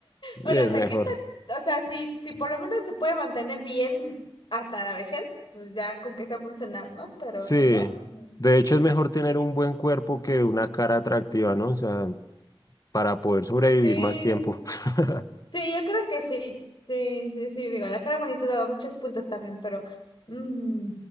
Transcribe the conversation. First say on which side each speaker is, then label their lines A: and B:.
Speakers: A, on the left (about 40°); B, on the left (about 60°).
A: sí,
B: Bueno,
A: es
B: o sea,
A: mejor.
B: ¿qué te- o sea, si, si por lo menos se puede mantener bien hasta la vejez, pues ya con que sea funcional, ¿no? Pero
A: Sí.
B: si no, pues,
A: De hecho, es mejor tener un buen cuerpo que una cara atractiva, ¿no? O sea, para poder sobrevivir
B: sí,
A: más tiempo. <laughs>
B: sí, yo creo que sí, sí, sí, sí, digo, la cara bonita te da muchos puntos también, pero mm,